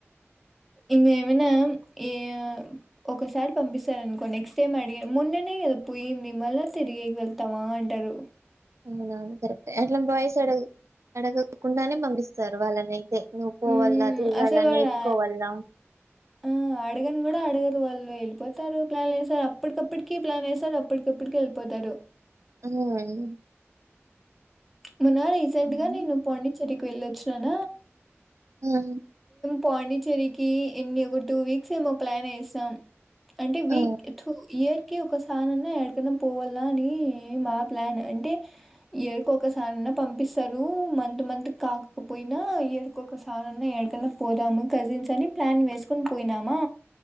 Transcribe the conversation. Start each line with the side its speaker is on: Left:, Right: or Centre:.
Centre: ఇంగ ఏమైనా ఏ ఒకసారి పంపిస్తారునుకో నెక్స్ట్ డే అడిగాం మొన్ననే కదా పోయింది మళ్ళా తిరిగేకి వెళ్తావా అంటారు
Right: అవునవును కరెక్టే అట్లా బాయ్స్ అడ అడగకుండానే పంపిస్తారు వాళ్ళనైతే నువ్వు పోవల్ల
Centre: హ్మ్.
Right: తిరగల్ల
Centre: అసలు వాడు
Right: నేర్చుకోవల్ల
Centre: ఆ ఆ అడగని కూడా అడగరు వాళ్ళు వెళ్ళిపోతారు ప్లాన్లు ఏస్తారు అప్పటికప్పటికి ప్లాన్ వేస్తారు అప్పటికిప్పటికి వెళ్ళిపోతారు
Right: హ్మ్.
Centre: మనా రీసెంట్
Right: హ్మ్.
Centre: గా నేను పాండిచ్చరి కి వెళ్ళొచ్చినాన
Right: ఉహు
Centre: పాండిచ్చేరికి ఎన్ని ఒక టూ వీక్స్ ఏమో ప్లాన్ ఏశాం అంటే వీక్
Right: ఆ!
Centre: టు ఇయర్ కి ఒకసారన్న ఎడకన్నా పోవల్ల అని మా ప్లాన్ అంటే ఇయరికి ఒకసారన్నా పంపిస్తారు మంత్ మంత్ కి కాకపోయినా ఇయరికి ఒకసారన్నా ఏడకన్నా పోదాము కజిన్స్ అని ప్లాన్ వేసుకొని పోయినామా